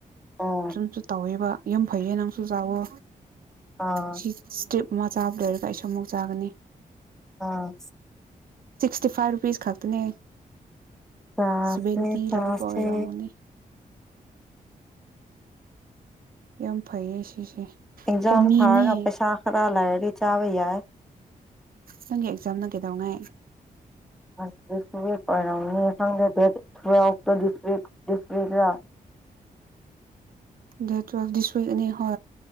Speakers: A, in the centre; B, on the right (about 75°).
A: ꯑꯣ
B: ꯁꯨꯝꯁꯨ ꯇꯧꯋꯦꯕ ꯌꯥꯝ ꯐꯩꯌꯦ ꯅꯪꯁꯨ ꯆꯥꯛꯋꯣ
A: ꯑꯥ
B: ꯁꯤꯁꯇꯦꯞ ꯃꯃꯥ ꯆꯥꯕ ꯂꯩꯣꯏꯔꯒ ꯑꯩꯁꯨ ꯑꯃꯨꯛ ꯆꯥꯒꯅꯤ
A: ꯑꯥ
B: ꯐꯤꯇꯤ ꯐꯥꯏꯚ ꯔꯨꯄꯤꯁ ꯈꯛꯇꯅꯦ
A: ꯆꯥꯁꯦ
B: ꯁꯚꯦꯟꯇꯤ
A: ꯆꯥꯥꯁꯦ
B: ꯂꯧꯕ ꯑꯣꯏꯔꯝꯒꯅꯤ ꯌꯥꯝ ꯐꯩꯌꯦ ꯁꯤꯁꯦ
A: ꯑꯦꯛꯖꯝ
B: ꯑꯣꯃꯤꯅꯦ
A: ꯊꯥꯔ ꯄꯩꯁꯥ ꯈꯔꯂ ꯆꯥꯕ ꯌꯥ
B: ꯅꯪꯒꯤ ꯑꯦꯛꯖꯥꯝꯅ ꯀꯩꯗꯧꯉꯥꯏ
A: ꯁꯥꯡ ꯊꯛꯇꯁꯗꯤꯁꯔꯤꯛ
B: ꯗꯦ ꯇ ꯗꯤꯁ ꯎꯏꯛ ꯑꯦꯅꯦ ꯍ